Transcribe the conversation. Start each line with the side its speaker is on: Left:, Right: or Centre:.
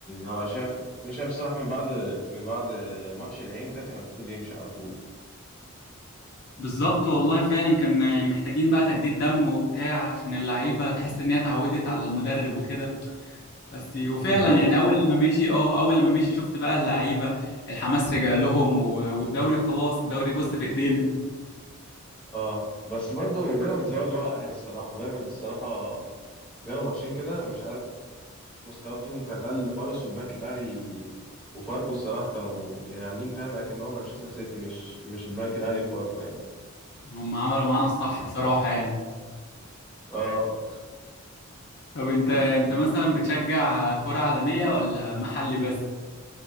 Centre: هو شايف انا شايف الصراحه من بعد من بعد ماتش العين ده كان المفروض يمشي على طول
Left: بالظبط والله فعلا كان يعني محتاجين بقى تجديد دم وبتاع عشان اللعيبه تحس ان هي اتعودت على المدرب وكده بس وفعلا
Centre: بالظبط
Left: يعني اول لما مشي اه اول لما مشي شفت بقى اللعيبه الحماس رجع لهم و- والدوري خلاص الدوري بص في ايدينا
Centre: اه بس برضه بيراميدز هو اللي وقع يعني الصراحه بيراميدز الصراحه جاله ماتشين كده مش عارف مستواه فيهم كان قل خالص والبنك الاهلي وفاركو الصراحه كانوا يعني عاملين فاهم اكن هو مانشستر سيتي مش مش البنك الاهلي وفاركو يعني
Left: هم عملوا معانا الصح بصراحه يعني
Centre: اه
Left: طب انت انت مثلا بتشجع كرة عالمية ولا محلي بس؟